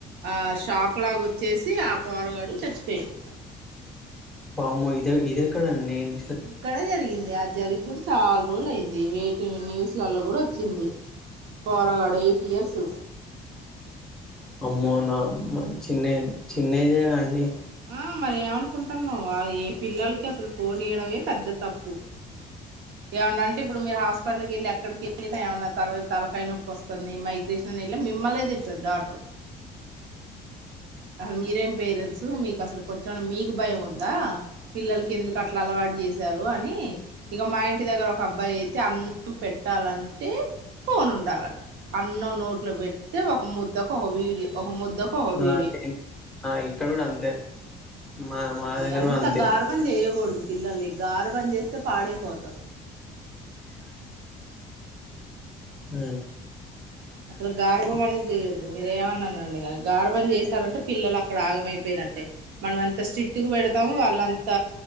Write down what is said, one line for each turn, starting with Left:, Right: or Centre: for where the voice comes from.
Right: ఆ షాక్ లాగా వచ్చేసి ఆ పొరగాడు చచ్చిపోయాడు
Centre: వామో ఇద ఇది ఎక్కడండి నేను
Right: ఈక్కడే జరిగింది అది జరిగి కూడా చాలా రోజు అయింది వేటి న్యూస్లలో కూడా వచ్చింది పోరగాడు ఎయిట్ ఇయర్సు
Centre: అమ్మో నా చిన్న చిన్నఏజ్ అండి
Right: ఆ మర ఏమనుకుంటున్నావె ఏ పిల్లలకి అసలు ఫోన్ ఇయడమే పెద్ద తప్పు ఏమన్నంటె ఇప్పుడు మీరు హాస్పిటల్కి వెళ్ళి అ క్కడికెళ్ళినా ఏమన్నా త తలకాయ నొప్పి వస్తుంది మైగ్రేషన్ వెళ్ళి మిమ్మల్లే తిస్తుంది డాటారు అసలు మీరేం పేరెంట్స్ మీకు అసలు కొంచెమ మీకు భయం ఉందా పిల్లలకి ఎందుకు అట్లా అలవాటు చేసారు అని ఇగ మా ఇంటి దగ్గర ఒక అబ్బాయి అయితే అన్నం పెట్టాలంటే ఫోన్ ఉండాలట అన్నం నోట్లో పెడితే ఒక ముద్దకు ఒక వీడియో ఒక ముద్దకు ఒక
Centre: నా
Right: వీడియో
Centre: ఆ ఇక్కడకూడా అంతే మా
Right: మీ
Centre: మా దగ్గర
Right: అంత
Centre: కూడా అంతే
Right: గార్భం చేయకూడదు పిల్లల్లి గార్భం చేస్తే పాడైపోతారు
Centre: ఊ
Right: అసలు గార్భం అనేది చేయొద్దు మీరేమన్నానండి కానీ గార్భం చేస్తారంటే పిల్లలు అక్కడ ఆగమైపోయినట్టే మనం ఎంత స్ట్రిక్ట్గా పెడతా వాళ్ళంత